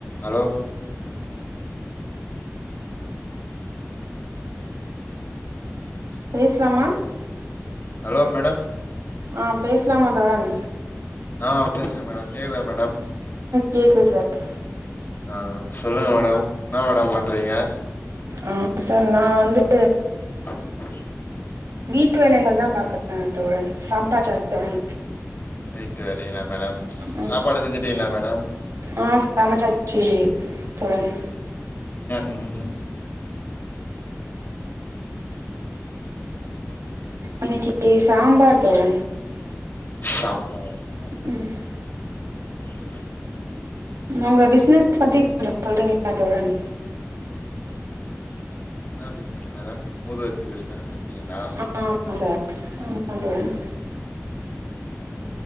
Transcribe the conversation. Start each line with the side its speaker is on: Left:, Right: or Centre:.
Left: Allow
Right: பேஸ்லாமா
Left: hello madam
Right: ஆஹ் பேஸ்லாமா தோழன்
Left: ஆஹ் பேசுங்க மேடம் கேக்குதா மேடம்
Right: கேக்குது சார்
Left: ஆஹ் சொல்லுங்க மேடம் என்ன மேடம் பண்றீங்க
Right: ஆஹ் சார் நா வந்து
Left: ஹ்ம்
Right: வீட்டு வேலைகள்தா பாக்கறேன் தோழன் சாப்டாச்சா தோழன்
Left: நைட்டு வேல லைங்களா மேடம்
Right: ம்.
Left: சாப்பாடு செஞ்சுட்டீங்ளா மேடம்
Right: ஆ சமைச்சாச்சு தோழன்
Left: உம்
Right: இன்னிக்கு சாம்பார் தோழன்
Left: சாம்பாரா மேடம்
Right: ம்.
Left: ஓகே ஓகே மேடம்
Right: உங்க பிஷ்னஸ் பத்தி கொஞ்சம் சொல்றிங்ளா தோழன்
Left: என்னா பிஷ்னஸ் மேடம் ஊதுவத்தி பிஷ்னஸு அப்டிங்ளா
Right: ஆ, ஆமா சார் ஆமா தோழன்
Left: உம்